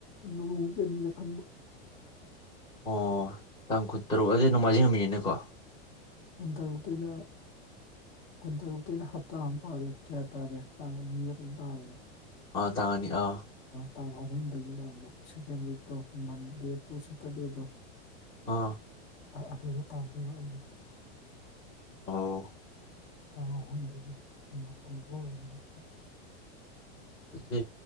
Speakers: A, on the left; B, on the left.
A: ꯅꯣꯡ ꯅꯤꯅꯤꯗꯪ ꯈꯟꯕ
B: ꯑꯣ ꯇꯥꯡ ꯀꯨꯟꯇꯔꯨꯛ ꯍꯥꯏꯖꯦ ꯅꯣꯡꯃꯥꯏꯖꯤꯡ ꯅꯨꯃꯤꯠꯅꯤꯅꯦꯀꯣ
A: ꯀꯨꯟꯇꯔꯨꯛꯇꯩꯅ ꯀꯨꯟꯇꯔꯨꯛꯇꯩꯅ ꯍꯞꯇꯥ ꯑꯃ ꯄꯥꯔ ꯀꯌꯥ ꯇꯥꯔꯦ ꯇꯥꯡ ꯑꯅꯤꯔ ꯀꯩꯅꯣꯝ ꯇꯥꯕꯅꯦ
B: ꯑ ꯇꯥꯅꯤ ꯑꯥ
A: ꯇꯥꯡ ꯑꯍꯨꯝꯗꯒꯤꯅ ꯑꯃꯨꯛ ꯁꯤꯀꯦꯟ ꯋꯤꯛꯇꯣ ꯃꯟꯗꯦ ꯇꯨꯔ ꯆꯠꯇꯣꯏꯅꯦꯗꯣ
B: ꯑꯥ
A: ꯑ ꯑꯗꯨꯗ ꯇꯥꯗꯣꯏꯕ ꯑꯩꯒꯤꯅ
B: ꯑꯣ
A: ꯇꯥꯡ ꯑꯍꯨꯝꯗꯒꯤ ꯃꯥꯄꯜ ꯐꯥꯎ ꯂꯩꯒꯅꯤ
B: ꯑꯗꯨꯗꯤ